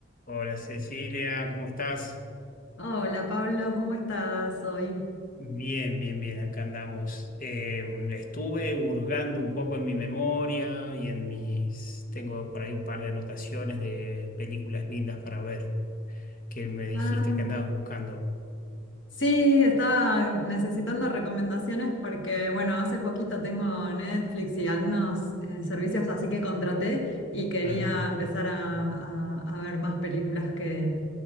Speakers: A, on the left (about 45°); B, on the left (about 65°).
A: Hola Cecilia, ¿cómo estás?
B: Hola Pablo, ¿cómo estás hoy?
A: Bien, bien, bien, acá andamos. Eh, estuve hurgando un poco en mi memoria y en mis... Tengo por ahí un par de anotaciones de películas lindas para ver que me dijiste
B: Ah,
A: que andabas buscando.
B: sí, estaba necesitando recomendaciones porque, bueno, hace poquito tengo Netflix y algunos eh, servicios así que contraté y quería
A: Ajá.
B: empezar a, a- a ver más películas que,